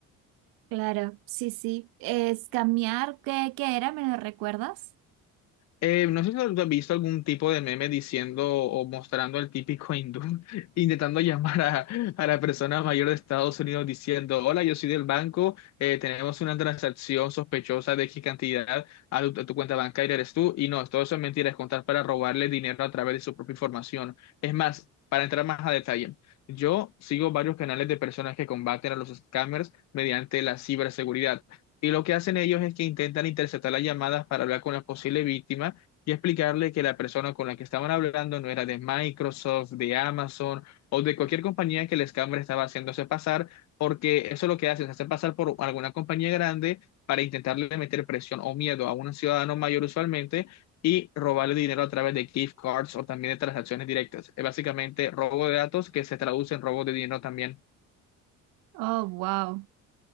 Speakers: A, on the right (about 85°); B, on the left (about 55°).
A: Claro, sí, sí. Es cambiar, ¿qué, qué era? ¿Me lo recuerdas?
B: Eh, no sé si tú has visto algún tipo de meme diciendo o mostrando al típico hindú <laughs> intentando llamar a, a la persona mayor de Estados Unidos diciendo, hola, yo soy del banco, eh, tenemos una transacción sospechosa de X cantidad a tu, a tu cuenta bancaria, eres tú. Y no, todo eso es mentira, es contar para robarle dinero a través de su propia información. Es más, para entrar más a detalle, yo sigo varios canales de personas que combaten a los scammers mediante la ciberseguridad. Y lo que hacen ellos es que intentan interceptar las llamadas para hablar con la posible víctima y explicarle que la persona con la que estaban hablando no era de Microsoft, de Amazon o de cualquier compañía que el scammer estaba haciéndose pasar, porque eso es lo que hacen, se hace pasar por alguna compañía grande para intentarle meter presión o miedo a un ciudadano mayor usualmente y robarle dinero a través de gift cards o también de transacciones directas. Es básicamente robo de datos que se traduce en robo de dinero también.
A: Oh, wow.